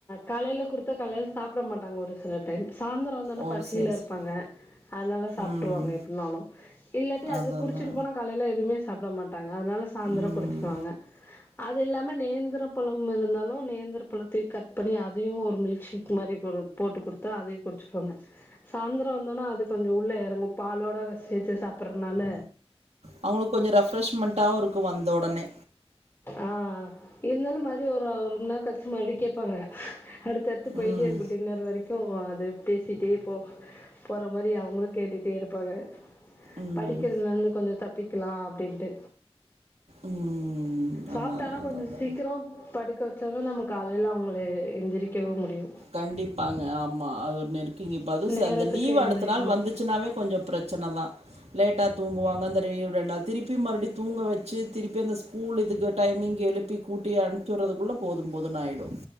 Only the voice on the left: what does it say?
காலையில குடுத்தா காலையில சாப்புட மாட்டாங்க ஒரு சில டைம் சாயந்திரோ வந்தவொன்னே
பசியில
இருப்பாங்க
அதனால சாப்ட்ருவாங்க
எப்புடின்னாலோ இல்லாட்டி அது
குடிச்சிட்டு
போனா காலையில எதுவுமே சாப்புட மாட்டாங்க அதனால சாய்ந்தரோ
குடிச்சுடுவாங்க அது இல்லாம நேந்திர பழம் இருந்தாலு நேந்திர பழத் சுத்தி கட் பண்ணி அதையு ஒரு மில்க் ஷேக் மாரி போட்டு குடுத்தா அதையு குடிச்சுடுவாங்க சாய்ந்திரோ வந்தோனா அது கொஞ்சோ உள்ள எறங்கோ பாலோட சேத்து சாப்படுறதுனால
ஆ இருந்தாலு மறுபடியு ஒரு ஒரு மண் நேர கழிச்சு மறுபடியு கேப்பாங்க அடுத்தடுத் போய்ட்டே
இருக்கு டின்னர் வரைக்கு அத பேசிட்டே போ போற மாரி அவ்ங்களுக் கேட்டுட்டே இருப்பாங்க
படிக்கிறதுல இருந்து கொஞ்ச தப்பிக்கலா அப்டின்ட்டு
சாப்ட்டானா
கொஞ்ச
சீக்கிரோ படுக்க வச்சா தா நம்ம காலைல அவ்ங்கள எந்திரிக்கவே முடியு
நேரத்துக்கு
எந்திரிக்கணும்